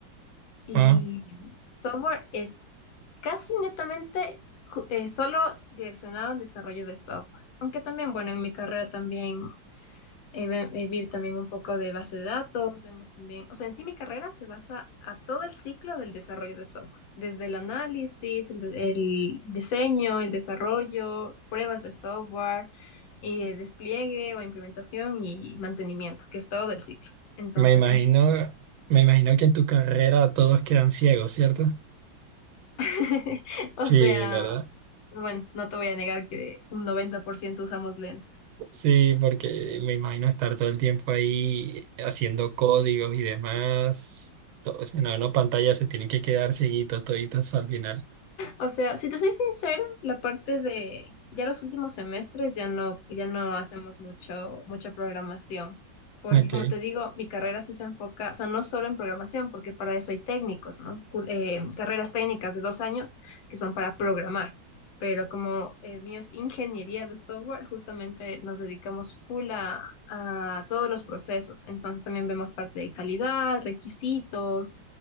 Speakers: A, on the left (about 75°); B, on the right (about 85°).
A: Y
B: ah,
A: software es casi netamente ju- eh, solo direccionado al desarrollo de software. Aunque también, bueno, en mi carrera también eh, ve- eh, vi también un poco de base de datos, vemos también, o sea, en sí mi carrera se basa a todo el ciclo del desarrollo de software, desde el análisis, el, de- el diseño, el desarrollo, pruebas de software, y el despliegue o implementación y mantenimiento, que es todo el ciclo. Entonces,
B: Me imagino,
A: en sí,
B: me imagino que en tu carrera todos quedan ciegos, ¿cierto?
A: <laughs> o
B: Sí,
A: sea,
B: ¿verdad?
A: bueno, no te voy a negar que un 90% usamos lentes.
B: Sí, porque me imagino estar todo el tiempo ahí haciendo códigos y demás. Todo, si no, no, pantalla se tienen que quedar seguidos toditos al final.
A: O sea, si te soy sincera, la parte de ya los últimos semestres ya no, ya no hacemos mucho, mucha programación. Porque
B: Ok.
A: como te digo, mi carrera sí se enfoca, o sea, no solo en programación, porque para eso hay técnicos, ¿no? Cur- eh, carreras técnicas de dos años que son para programar. Pero como eh, mío es ingeniería de software, justamente nos dedicamos full a, a todos los procesos. Entonces también vemos parte de calidad, requisitos,